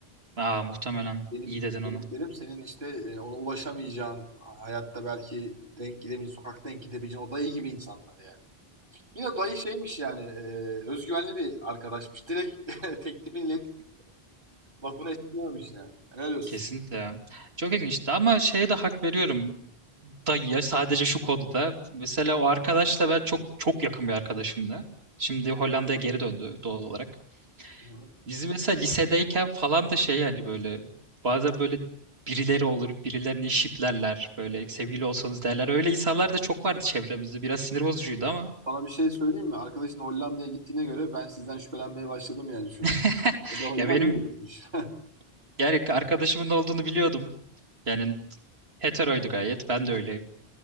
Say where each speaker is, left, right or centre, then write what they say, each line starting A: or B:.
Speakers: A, on the right; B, on the right.
A: Aa muhtemelen
B: Benim
A: iyi dedin onu.
B: dediklerim senin işte e, ona ulaşamayacağın, hayatta belki denk gidemeyeceğin, sokakta denk gidebileceğin o dayı gibi insanlar yani. Yine dayı şeymiş yani, e, özgüvenli bir arkadaşmış. Direkt <laughs> teklifini iletip lafını esirgememiş yani. Helal olsun.
A: Kesinlikle ya. Çok ilginçti ama şeye de hak veriyorum dayıya sadece şu konuda. Mesela o arkadaşla ben çok çok yakın bir arkadaşımdı. Şimdi Hollanda'ya geri döndü doğal olarak.
B: Hı hı.
A: Biz mesela lisedeyken falan da şey yani böyle bazen böyle birileri olur birilerini şiplerler böyle sevgili olsanız derler. Öyle insanlar da çok vardı çevremizde biraz sinir bozucuydu ama.
B: Sana bir şey söyleyeyim mi? Arkadaşın Hollanda'ya gittiğine göre ben sizden şüphelenmeye başladım yani şu
A: <laughs>
B: an. O da Hollanda'ya
A: Ya benim
B: gitmiş. <laughs>
A: Yani arkadaşımın olduğunu biliyordum. Yani heteroydu gayet. Ben de öyleyim.